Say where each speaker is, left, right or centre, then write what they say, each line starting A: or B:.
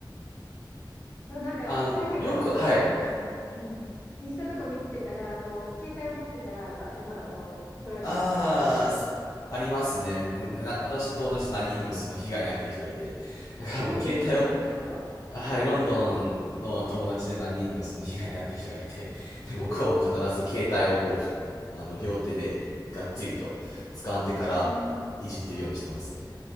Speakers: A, on the left (about 25°); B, on the left (about 45°).
A: そう、なんか最近ほら、
B: あの、よく、はい。
A: あの、うん、インスタとか見てたら、こう、携帯を持ってたら、バーってと、あの、取られちゃったりとか。
B: ああ、ありますね。な、私の友達何人にもその被害に遭ってる人がいて、だからもう携帯を、
A: え、イギリスですか
B: はい、ロンドンの友達で何人もその被害に遭ってる人がいて、で、僕はもう必ず携帯をこう、
A: えー、
B: あの、両手でがっちりと掴んでから
A: うん。
B: いじってるようにしてますね。